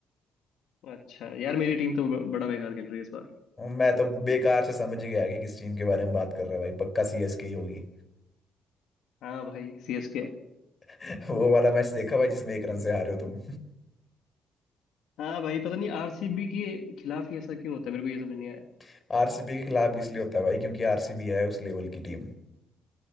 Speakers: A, on the left (about 80°); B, on the left (about 30°).
A: अच्छा यार मेरी टीम तो ब- बड़ा बेकार खेल रही है इस बार
B: मैं तो बेकार से समझ ही गया कि किस टीम के बारे में बात कर रहा है भाई पक्का सीएसके ही होगी
A: हाँ भाई सीएसके
B: <laughs> वो वाला मैच देखा भाई जिसमें एक रन से हारे हो तुम
A: हाँ भाई पता नहीं आरसीबी के खिलाफ ही ऐसा क्यों होता है मेरे को ये समझ नहीं आया
B: <laughs> आरसीपी के खिलाफ भी इसलिए होता है भाई क्योंकि आरसीबी है उस लेवल की टीम